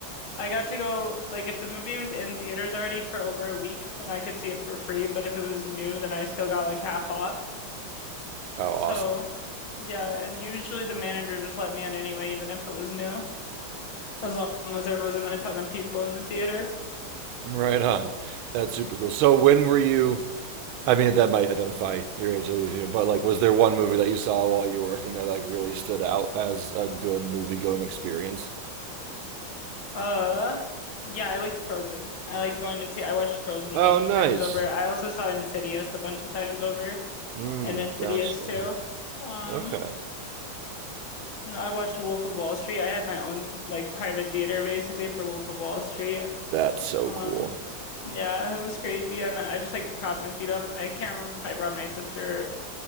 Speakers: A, on the left; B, on the right.
A: I got to go, like, if the movie was in theaters already for over a week, then I could see it for free. But if it was new, then I still got like half off.
B: Oh, awesome.
A: So, yeah. And usually the manager just let me in anyway, even if it was new, as long as there wasn't a ton of people in the theater.
B: Right on. That's super cool. So when were you? I mean, that might identify your age, but like, was there one movie that you saw while you were working that like really stood out as a good movie going experience?
A: Uh, yeah, I liked Frozen. I liked going to see, I watched Frozen a
B: Oh,
A: bunch
B: nice.
A: of times over. I also saw Insidious a bunch of times over
B: Hmm.
A: and Insidious
B: Gotcha.
A: too. Um,
B: Okay.
A: I watched Wolf of Wall Street. I had my own like private theater basically for Wolf of Wall Street.
B: That's so
A: Um,
B: cool.
A: yeah, it was crazy, and I just like propped my feet up. I can't remember if I brought my sister,